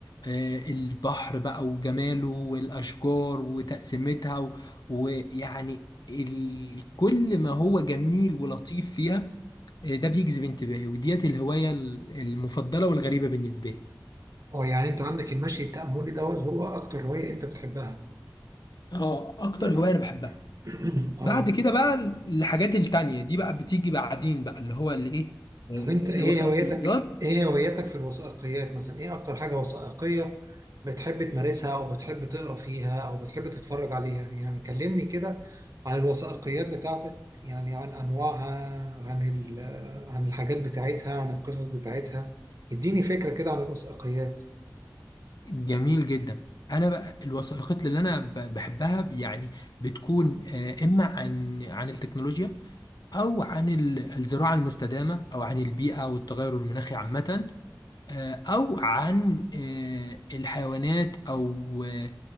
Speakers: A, on the left; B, on the right.
A: آه، البحر بقى وجماله والاشجار وتقسيمتها و- ويعني ال- كل ما هو جميل ولطيف فيها آه، ده بيجذب انتباهي وديت الهوايه المفضله والغريبه بالنسبه لي
B: اه يعني انت عندك المشي التأملي دوت هو اكتر هواية انت بتحبها
A: اه
B: <coughs>
A: اكتر
B: من-
A: هوايه انا بحبها
B: <clears throat> اه
A: بعد كده بقى الحاجات التانية دي بقى بتيجي بعدين بقى اللي هو اللي ايه آه،
B: طب انت ايه
A: الوثائقيات
B: هوايتك ايه هوايتك في الوثائقيات مثلا ايه اكتر حاجة وثائقية بتحب تمارسها او بتحب تقرا فيها او بتحب تتفرج عليها يعني كلمني كده عن الوثائقيات بتاعتك يعني عن انواعها عن ال- عن الحاجات بتاعتها عن القصص بتاعتها اديني فكرة كده عن الوثائقيات
A: جميل جدا انا بقى الوثائقيات اللي انا ب- بحبها يعني بتكون آه، اما عن عن التكنولوجيا او عن ال- الزراعة المستدامة او عن البيئة والتغير المناخي عامة آه، او عن آه، الحيوانات او آه،